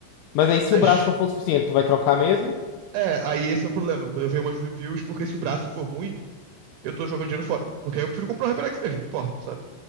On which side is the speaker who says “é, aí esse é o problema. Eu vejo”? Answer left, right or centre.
Right